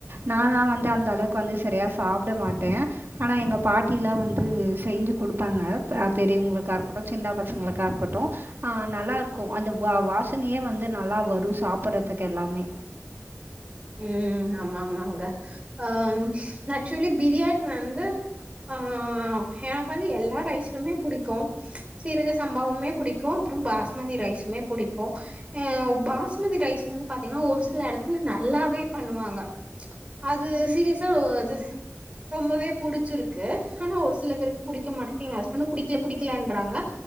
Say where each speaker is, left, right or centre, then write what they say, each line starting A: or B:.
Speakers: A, on the right (about 50°); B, on the right (about 25°).
A: நானா வந்து அந்த அளவுக்கு வந்து சரியா சாப்ட மாட்டே ஆனா எங்க பாட்டிலா வந்து செஞ்சு குடுப்பாங்க அ பெரியவங்களுக்கா இருக்கட்டு சின்ன பசங்களுக்கா இருக்கட்டு ஆ நல்லாருக்கு அந்த வா வாசனையே வந்து நல்லா வரு சாப்பறதுக்கு எல்லாமே
B: ம் ஆமாமாங்க அம் நா ஆக்சுவலி பிரியாணி வந்து ஆ எனக்கு வந்து எல்லா ரைஸ்லுமே புடிக்கு சீரக சம்பாவுமே புடிக்கு அப்பறம் பாஸ்மதி ரைஸ் மே புடிக்கு அ பாஸ்மதி ரைஸ் வந்து பாத்தீங்னா ஒரு சில எடத்துல ந ல்லாவே பண்ணுவாங்க அது சீரியஸா அது ரொம்பவே புடிச்சிருக்கு ஆனா ஒரு சில பேருக்கு புடிக்க மாட்டக்கு எங்க ஹஸ்பண்டு புடிக்கல புடிக்கலன்றாங்க